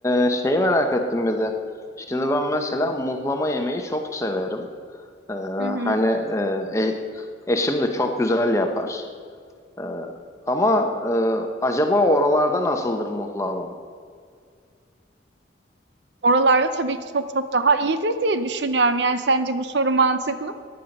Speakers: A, on the left (about 15°); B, on the right (about 65°).
A: e, şeyi merak ettim bir de. Şimdi ben mesela muhlama yemeği çok severim. E,
B: Hı hı.
A: hani e, e- eşim de çok güzel yapar. E, ama e, acaba oralarda nasıldır muhlama?
B: Oralarda tabii ki çok çok daha iyidir diye düşünüyorum. Yani sence bu soru mantıklı